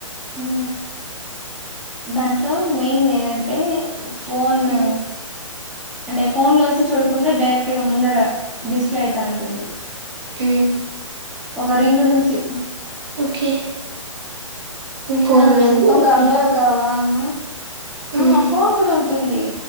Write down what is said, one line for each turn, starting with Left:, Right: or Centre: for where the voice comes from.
Centre: ఊ దాంట్లో మెయిన్ దేదంటే ఫోనూ
Right: ఉమ్
Centre: అంటే ఫోన్ లోంచి చూడకుండా డైరెక్ట్ గా ముందరా డిస్ప్లే అవుతా ఉంటుంది.
Right: ఊ
Centre: ఒక రింగు నుంచి
Right: ఓకే
Centre: ఇలా
Right: ఫోన్ ఉండదు
Centre: ఒక
Right: ఓన్లీ
Centre: అబ్బాయి ఒక్ కా వా అమ్మాయి ఆ
Right: ఉమ్
Centre: ఫోన్ కూడా ఉంటుందీ